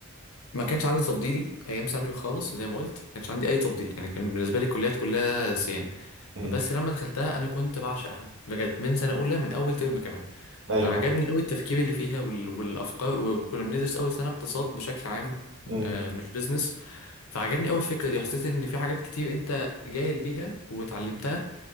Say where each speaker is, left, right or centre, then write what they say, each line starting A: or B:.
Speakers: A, on the left; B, on the right.
A: ما كانش عندي تفضيل ايام ثانوي خالص زي ما قلت ما كانش عندي اي تفضيل يعني كان بالنسبه لي الكليات كلها سيان
B: امم
A: بس لما دخلتها انا كنت بعشقها بجد من سنه اولى من اول ترم كمان
B: ايوه
A: عجبني
B: فاهم
A: قوي التفكير اللي فيها وال... والافكار و- وكنا بندرس اول سنه اقتصاد بشكل عام
B: امم
A: آه، مش بيزنس فعجبني قوي الفكره دي حسيت ان في حاجات كتير انت جاهل بيها وتعلمتها